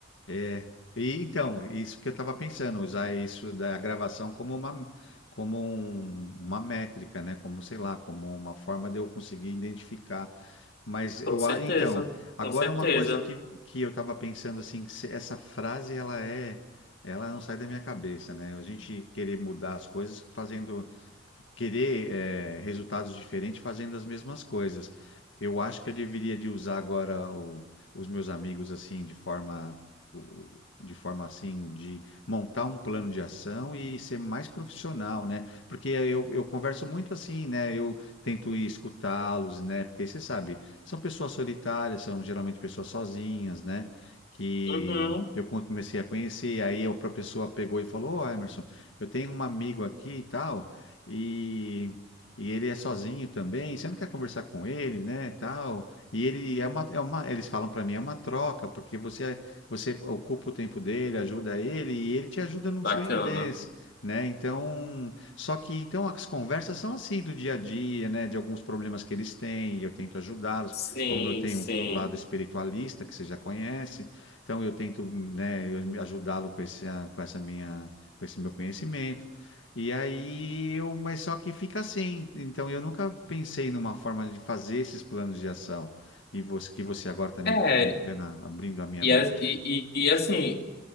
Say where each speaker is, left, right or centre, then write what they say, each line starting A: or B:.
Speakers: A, on the left (about 65°); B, on the left (about 50°).
A: É. E então, isso que eu estava pensando, usar isso da gravação como uma, como um- uma métrica, né? Como, sei lá, como uma forma de eu conseguir identificar. Mas eu,
B: Com certeza,
A: a- então, agora
B: com certeza.
A: uma coisa que, que eu estava pensando assim, que se- essa frase ela é, ela não sai da minha cabeça, né? A gente querer mudar as coisas fazendo, querer eh, resultados diferentes fazendo as mesmas coisas. Eu acho que eu deveria de usar agora o- os meus amigos assim de forma o- de forma assim, de montar um plano de ação e ser mais profissional, né? Porque eu, eu converso muito assim, né? Eu tento ir escutá-los, né? Porque você sabe, são pessoas solitárias, são geralmente pessoas sozinhas, né? Que
B: Uhum.
A: eu co- comecei a conhecer, aí a própria pessoa pegou e falou: Ô, Emerson, eu tenho um amigo aqui e tal, e. E ele é sozinho também, você não quer conversar com ele, né, tal. E ele é uma, é uma, eles falam para mim, é uma troca, porque você você ocupa o tempo dele, ajuda ele e ele te ajuda no
B: Bacana.
A: seu inglês, né? Então, só que então as conversas são assim do dia a dia, né? De alguns problemas que eles têm, e eu tento ajudá-los,
B: Sim,
A: como eu tenho
B: sim.
A: o lado espiritualista que você já conhece, então eu tento, né, eu ajudá-lo com esse, ah, com essa minha, com esse meu conhecimento. E aí eu, mas só que fica assim. Então eu nunca pensei numa forma de fazer esses planos de ação. E você, que você agora está me,
B: É,
A: me dando a- abrindo a minha
B: e,
A: mente.
B: a- e,
A: né?
B: e, e assim,